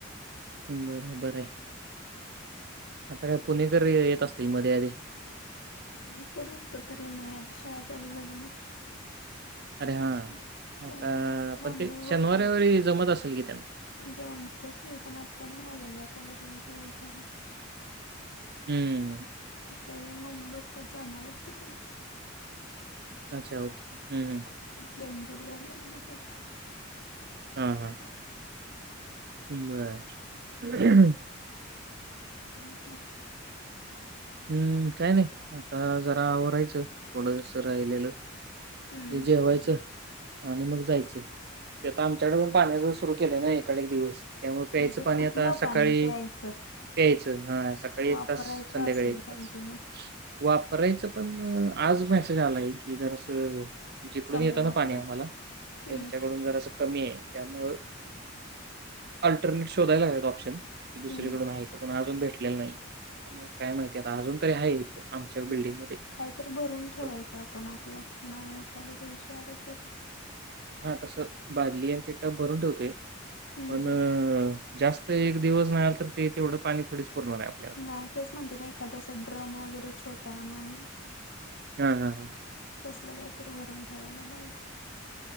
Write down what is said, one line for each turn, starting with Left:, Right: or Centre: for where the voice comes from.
Right: बर, बरं. आता काय पुणेकर येत असतील मध्ये अधे.
Left: पुणे कर आता तर नाही ना आता शाळा चालू झाली ना.
Right: अरे हा
Left: हम्म.
Right: आता
Left: तर हे मम्मी
Right: पण ते
Left: पप्पाच
Right: शनिवार रविवारी जमत असेल कि त्यांना
Left: जमत की पण आता मी आलेले आता बरेच दिवस झाले
Right: हम्म
Left: ता हे मम्मी पप्पा जाणार आहेत तिकडं
Right: अच्छा ओके हं,
Left: आता
Right: हं.
Left: म्हणत्यात बेंदूर झाल्यावर बघूया
Right: हा हा ह बर
Left: आणि काय
Right: हम्म काय नाही आता आवरायचं थोडं राहिलेलं
Left: हम्म
Right: जे जेवायचं
Left: हम्
Right: आणि मग जायचं ते आता आमच्याकडे पण पाण्याच सुरु केले नाही एकाड एक दिवस त्यामुळे प्यायचं
Left: मग ते
Right: पाणी
Left: कुठलं
Right: आता सकाळी
Left: पाणी प्यायचं
Right: प्यायचं हा सकाळी एक
Left: वापरायचं
Right: तास संध्याकाळी
Left: असेल कंटिन्यू
Right: तास वापरायचं पण आज मेसेज आला आहे कि जर असं जिकडून
Left: कमी
Right: येतं
Left: वापरा
Right: ना पाणी आम्हाला त्यांच्याकडून
Left: हम्म
Right: जर असं कमी आहे त्यामुळे अल्टरनेट शोधायला लागत ऑप्शन की दुसरीकडून
Left: हम्म
Right: आहे का पण अजून भेटलेलं नाही त्यामुळे काय माहिती आता अजून तरी आहे इथं आमच्या बिल्डिंगमध्ये
Left: ह् काहीतरी भरून ठेवायचं
Right: पण
Left: आपण आपलं नाही एखाद्या दिवशी आलं तर
Right: हा तस बादली आणि ते टप भरून ठेवतोय
Left: हम्म
Right: पण
Left: हम्म
Right: जास्त एक दिवस नाही तर ते तेवढं पाणी थोडीच पुरणार आहे आपल्याला.
Left: नाही तेच म्हणते ना एखादा ड्रम वगैरे छोटा आणून
Right: हम् हम् हम
Left: कसलं काहीतरी भरून ठेवायला पाहिजे